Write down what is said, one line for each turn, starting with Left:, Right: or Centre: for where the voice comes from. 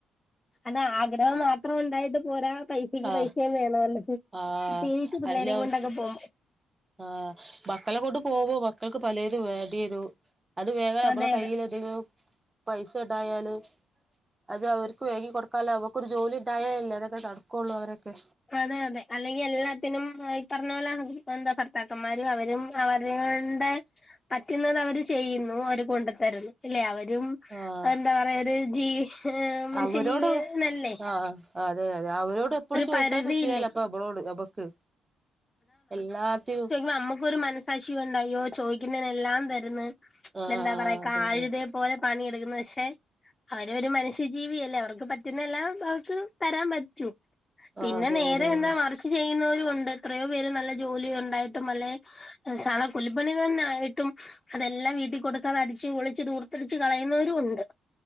Left: അത ആഗ്രഹം മാത്രം ഉണ്ടായിട്ട് പോരാ പൈസ എക്ക്
Right: ആഹ്
Left: പൈസയം വേണം അല്ലേ പ്രത്യേകിച്ച്
Right: ആഹ്
Left: പിള്ളേരെയും
Right: അല്ല
Left: കൊണ്ടൊക്കെ പോ
Right: ആഹ് മക്കളെ കൊണ്ട് പോകും മക്കൾക്ക് പലോതും വേണ്ടിവരും അത് വാങ്ങാൻ നമ്മളെ
Left: അതെ അതെ
Right: കയ്യിലെ എന്തെങ്കിലും പൈസ ഉണ്ടായാല് അത് അവർക്ക് വേഗി കൊടുക്കാലേ അവക്കൊരു ജോലി ഉണ്ടായാലല്ലേ അതൊക്കെ നടക്കുകയുള്ളൂ അവരെയൊക്കെ
Left: അതെ അതെ അല്ലെങ്കിൽ എല്ലാത്തിനും ഈ പറഞ്ഞ പോലെ എന്താ ഭർത്താക്കന്മാരും അവരും അവരെ കൊണ്ട് പറ്റുന്നത് അവര് ചെയ്യുന്നു അവര് കൊണ്ടു തരുന്നു ഇല്ലേ അവരും
Right: ആഹ്
Left: എന്താ പറയാ ഒരു ജീവി ഏഹ് മനുഷ്യജീവി
Right: അവരോട്
Left: നല്ലേ
Right: ആഹ് അതെ അതെ അവരോട് എപ്പോഴും ചോദ
Left: പരിധിയില്ലേ
Right: ക്കാർ പറ്റല്ല അപ്പൊ നമ്മളോട് നമുക്ക് എല്ലാറ്റിനും
Left: നമ്മുക്ക ഒരു മനസാശിയ ഉണ്ടായോ ചോദിക്കുന്നതിന എല്ലാം തരുന്ന്
Right: ആഹ്
Left: എന്താ പറയാ
Right: അതെ
Left: കഴുത
Right: അതെ
Left: പോലെ പണി എടുക്കുന്നു പക്ഷെ അവര് ഒരു മനുഷ്യജീവിയല്ലേ അവർക്ക് പറ്റുന്ന എല്ലാം അവർക്ക് തരാൻ പറ്റൂ പിന്നെ
Right: ആഹ് അതെ
Left: നേരെ
Right: അതെ അതെ
Left: എന്താ മറിച്ച് ചെയ്യുന്നവരുും ഉണ്ട് എത്രയോ പേര് നല്ല ജോലി ഉണ്ടായിട്ടും അല്ലെ സാദാ കൂലിപ്പണി തന്നൊയിട്ടും അതെല്ലാം വീട്ടിൽ കൊടുക്കാതൻ അടിച്ച് പെളിച്ച് തൂർത്തടിച്ച് കളയുന്നവരും ഉണ്ട്